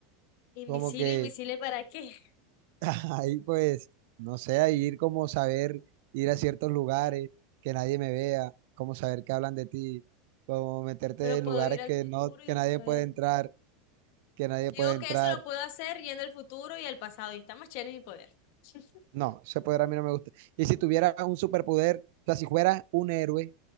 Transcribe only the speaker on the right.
Como que
<laughs> ahí pues, no sé, ahí ir como saber, ir a ciertos lugares que nadie me vea, como saber que hablan de ti, como meterte
en
lugares
que
no,
que nadie
puede entrar, que nadie
puede entrar.
No, ese poder a mí no me gusta. Y si tuviera un superpoder, o sea, si fuera un héroe,